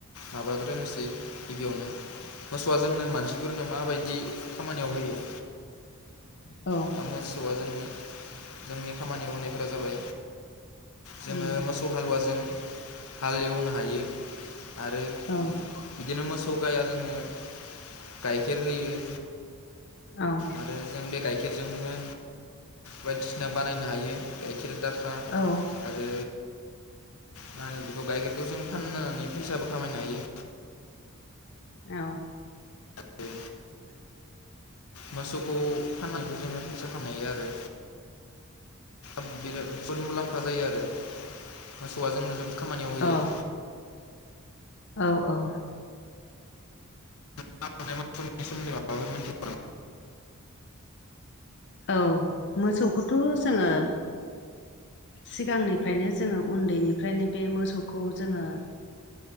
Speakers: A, on the left; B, on the left.
A: माबाग्रोनोसै गिबियावनो मोसौआ जोंनो मानसिफोरनो माबायदि खामानियाव होयो।
B: औ
A: दा मोसौआ जों जोंनि खामानि मावनायफोरा जाबाय जोङो
B: उम
A: मोसौ थ' हालुवाजों हाल एवनो हायो आरो
B: औ
A: बिदिनो मोसौ गाया जोंनो गाइखेर होयो
B: औ
A: आरो जों बे गाइखेरजोंनो बायदिसिना बानायनो हायो गाइखेर दाखा
B: औ
A: आरो मा होनो बेखौ गाइखेरखौ जों फाननानै फैसाबो खामायनो हायो
B: औ
A: आरो
B: <inaudible>
A: मोसौखौ फाननानैबो जोङो फैसा खामायो आरो आरो बिराद मुलाम्फा जायो आरो मोसौआ जोंनो जोबोद खामानियाव होयो
B: औ औ औ।
A: <unintelligible>
B: न <inaudible> औ मोसौखौथ' जोङो। सिगांनिफ्रायनो जोङो उन्दैनिफ्रायनो बे मोसौखौ जोङो।